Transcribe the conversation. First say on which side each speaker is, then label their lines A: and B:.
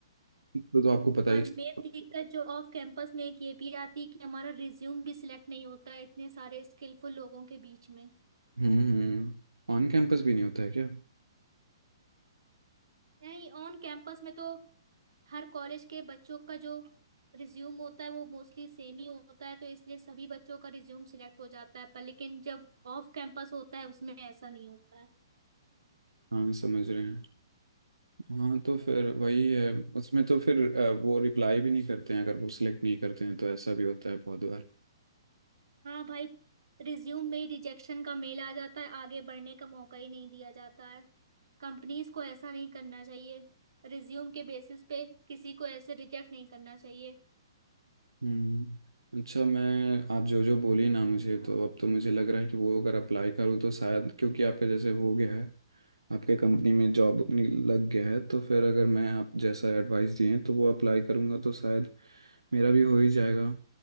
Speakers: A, on the right; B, on the right.
A: तो, तो आपको पता
B: पर
A: ही चल-
B: मेन दिक्कत जो ऑफ कैंपस में एक ये भी आती है कि हमारा रिज्यूम भी सिलेक्ट नहीं होता है इतने सारे स्किलफुल लोगों के बीच में
A: हम्म हम्म ऑन कैंपस भी नहीं होता है क्या
B: नहीं ऑन कैंपस में तो हर कॉलेज के बच्चों का जो रिज्यूम होता है वो मोस्टली सेम ही होता है तो इसलिए सभी बच्चों का रिज्यूम सिलेक्ट हो जाता है पर लेकिन जब ऑफ कैंपस होता है उसमें ऐसा नहीं होता है
A: हाँ समझ रहे हैं हाँ तो फिर वही है उसमें तो फिर अ, वो रिप्लाई भी नहीं करते हैं अगर वो सिलेक्ट नहीं करते हैं तो ऐसा भी होता है बहुत बार
B: हाँ भाई रिज्यूम में रिजेक्शन का मेल आ जाता है आगे बढ़ने का मौका ही नहीं दिया जाता है कंपनीज को ऐसा नहीं करना चाहिए रिज्यूम के बेसिस पे किसी को ऐसे रिजेक्ट नहीं करना चाहिए
A: हम्म अच्छा मैं आप जो जो बोली ना मुझे तो अब तो मुझे लग रहा है कि वो अगर अप्लाई करूँ तो शायद क्योंकि आपके जैसे हो गया है आपके कंपनी में जॉब लग गया है तो फिर अगर मैं आप जैसा एडवाइस दिए हैं तो वो अप्लाई करूँगा तो शायद मेरा भी हो ही जाएगा